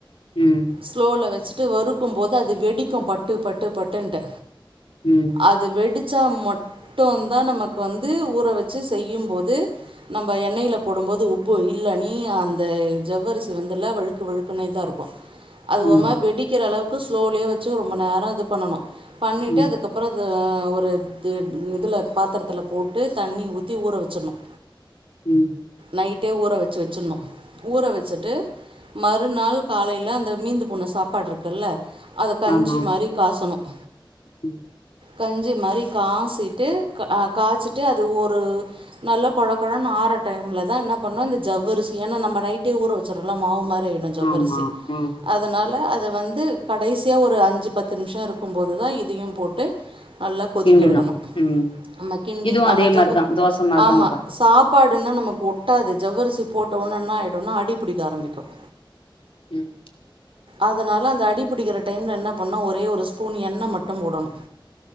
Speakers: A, on the left; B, on the right.
A: ம்
B: ஸ்லோல வச்சு <unintelligible> வறுக்கும் போது அது வெடிக்கும் பட்டு பட்டு பட்டுன்டு
A: ம்
B: அது வெடு இச்சா மட்டோந் அதான் நமக்கு வந்து ஊற வச்சு செய்யும்போது நம்ம எண்ணெயில போடும்போது உப்பு இல்ல நீ அந்த ஜவ்வரிசி வந்துல்ல வழுக்கு வழுக்குனேதா இருக்கும் அது
A: ம்
B: ஒரு மாரி வெடிக்கிற அளவுக் ப்பு ஸ்லோலயே வச்சு ரொம்ப நேரம் இது பண்ணனு பண்ணிட்டு
A: ம்
B: அதுக்கப்புறோ இது அ நா ஒரு து இதுல பாத்தரத்துல போட்டு தண்ணி ஊத்தி ஊற வச்சணும்
A: உம்
B: நைட்டே ஊற வச்சு வச்சிடணு ஊற வச்சுட்டு மறுநாள் காலைல அந்த மீந்து போன சாப்பாடு இருக்குல்ல அத கஞ்சி
A: ஆமா
B: மாரி காசணும்
A: ம்
B: கஞ்சி மாரி காசிட்டு க காச்சிட்டு அது ஒரு நல்ல கொழகொழன்னு ஆற டைமுலதா என்ன பண்ணணு இந்த ஜவ்வரிசிய ஏன்னா நம்ம நைட்டே ஊற வச்சர்றோல்ல மாவு மாரி <unintelligible> ஜவ்வரிசி
A: ஆமா ம்
B: அதனால ல்ல அத வந்து கடைசியா ஒரு அஞ்சு பத்து நிமிஷம் இருக்கும்போதுதா இதையும் போட்டு நல்லா கொதிக்க
A: கிண்டணு
B: விடணும்
A: ம்
B: ஆமா கிண்டி
A: இதுவு
B: ஆனா
A: அதே
B: ஜவ்வ
A: மாரிதா தோச
B: <inaudible>
A: மாரிதா
B: ஆமா
A: ஊத்தணு
B: சா சாப்பாடுன்னா நமக்கு ஒட்டாது ஜவ்வரிசி போட்ட ஒன என்ன ஆய்டுனா அடி புடிக்க ஆரம்பிக்கும்
A: ம்
B: அதனால அந்த அடிபிடிக்கிற டைம்ல என்ன பண்ணா ஒரே ஒரு ஸ்பூன் எண்ண மட்டும் போடணும்